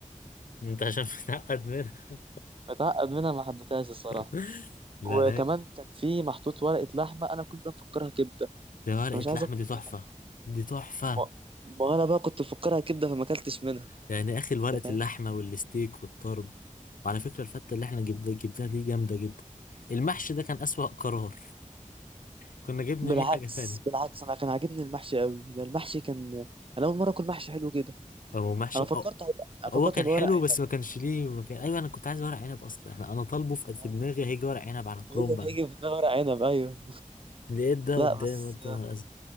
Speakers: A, on the left (about 80°); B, on the right (about 40°).
A: انت عشان متعقد منها
B: متعقد منها ما حبيتهاش الصراحة
A: <laughs> لا
B: وكمان
A: لا
B: كان في محطوط ورقة لحمة أنا كنت مفكرها كبدة
A: ده ورقة
B: فمش عايز
A: لحمة
B: آكل
A: دي تحفة
B: منها
A: دي تحفة
B: ما, ما أنا بقى كنت مفكرها كبدة فما أكلتش منها
A: يعني يا اخي ورقة
B: أنت فاهم؟
A: اللحمة والستيك والطرب وعلى فكرة الفتة اللي احنا جبنا جبناها دي جامدة جدا المحشي ده كان أسوأ قرار كنا جبنا
B: بالعكس
A: بيه حاجة تانية
B: بالعكس أنا كان عاجبني المحشي قوي ده المحشي كان أنا أول مرة أكل محشي حلو كده
A: هو محشي
B: أنا فكرت
A: أو
B: هيبقى أنا
A: هو
B: فكرت
A: كان
B: هيبقى
A: حلو
B: ورق عنب
A: بس ما كانش ليه ما كان... ايوه انا كنت عايز ورق عنب اصلا احنا انا طالبه في في
B: آه
A: دماغي هيجي ورق عنب على كرومب
B: إيه اللي
A: على-
B: هيجي في دماغي ورق عنب أيوه
A: لقيت ده
B: <laughs> لا
A: قدامي
B: بس
A: قلت انا